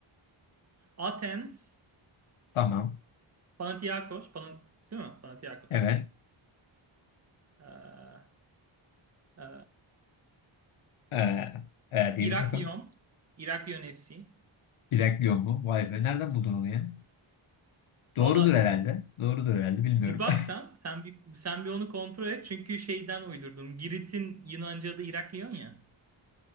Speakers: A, on the right; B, on the left.
A: Athens,
B: Tamam.
A: Panathinaikos, Pana- değil mi? Panathinaikos.
B: Evet.
A: Ee, e,
B: Ee, ee diye
A: Iraklion,
B: bir takım.
A: Iraklion FC.
B: Bilekliyor mu? Vay be. Nereden buldun onu ya? Doğrudur
A: Valla
B: herhalde. Doğrudur herhalde. Bilmiyorum.
A: bir baksan
B: <laughs>
A: sen bir, sen bir onu kontrol et. Çünkü şeyden uydurdum. Girit'in Yunanca adı Iraklion ya.